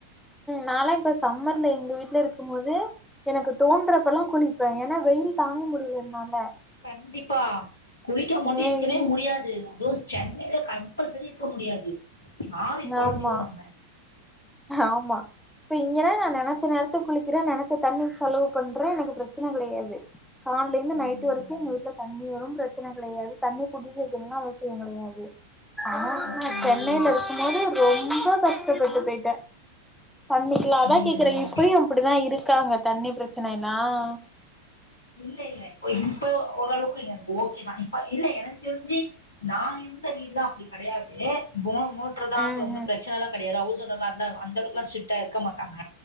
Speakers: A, in the centre; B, on the left.
A: நால இப்ப சம்மர்ல எங்க வீட்டுல இருக்கும் போது எனக்கு தோன்றப்பல்லாம் குளிப்பேன் ஏன்னா வெயில் தாங்க முடியில என்னால
B: கண்டிப்பா குளிக்காம மட்டும்
A: ஏ
B: இருக்கவே
A: இங்
B: முடியாது அதுவும் சென்னையில கம்பல்சரி இருக்க முடியாது நாறி தொலஞ்சிருவோம்
A: ஆமா
B: நம்ம
A: ஆமா இப்ப இங்கன்னா நான் நெனச்ச நேரத்து குளிக்கிறேன் நெனச் ச தண்ணி செலவு பண்றே எனக்கு பிரச்சனை கடையாது கால்லேந்து
B: ம்
A: நைட் வரைக்கும் எங்க வீட்ல தண்ணி வரும் பிரச்சன கடையாது தண்ணி புடுச்சு வெக்கனுன்னு அவசியம் கடையாது ஆனா
B: ம்
A: சென்னையில
B: ம்
A: இருக்கும் போது ரொம்ப கஷ்டப்பட்டு போயிட்டேன் பண்ணிக்கலாம் அதான்
B: ம்
A: கேக்குறேன் இப்பயும் அப்படிதான் இருக் கா அங்க தண்ணி பிரச்சனயெல்லாம்
B: இல்ல இல்ல இப்ப இப்போ ஓரளவுக்கு எனக்கு ஓகேதான் ப்ப இல்ல எனக்கு தெரிஞ்சு நான் இருந்த வீட்லா அப்டி கடையாது போர் மோட்டர் தான்
A: ம்
B: சொந்த
A: ம்
B: பிரச்சனல்லாம் கடையாது ஹவுஸ் ஓனர்லா அந்த அளவுக்லாம் ஸ்ரிட்டா இருக்க மாட்டாங்க